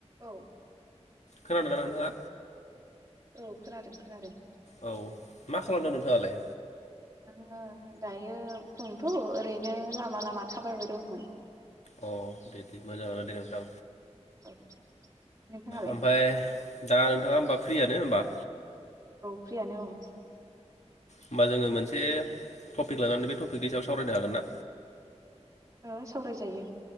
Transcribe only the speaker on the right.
औ।
औ खोनादों खोनादों।
आङो दायो फुंथ' ओरैनो लामा लामा थाबायबाय दंमोन।
औ नोंथाङालाय
औ फ्रियानो औ।
ओ सावरायजायो।